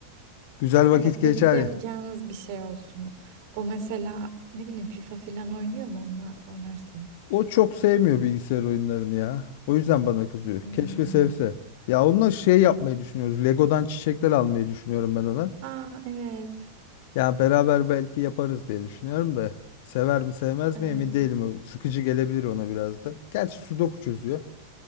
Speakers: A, on the left; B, on the right.
A: Güzel vakit
B: Evet
A: geçer
B: birlikte yapacağınız
A: ya.
B: bir şey olsun. O mesela ne bileyim FIFA falan oynuyor mu onunla oynarsın.
A: O çok sevmiyor bilgisayar oyunlarını ya. O yüzden bana kızıyor. Keşke
B: Hmm.
A: sevse. Ya onunla şey yapmayı düşünüyoruz. Lego'dan çiçekler almayı düşünüyorum ben ona.
B: Aa evet.
A: Ya beraber belki yaparız diye düşünüyorum da. Sever mi sevmez
B: Evet.
A: mi emin değilim. O Sıkıcı gelebilir ona biraz da. Gerçi Sudoku çözüyor.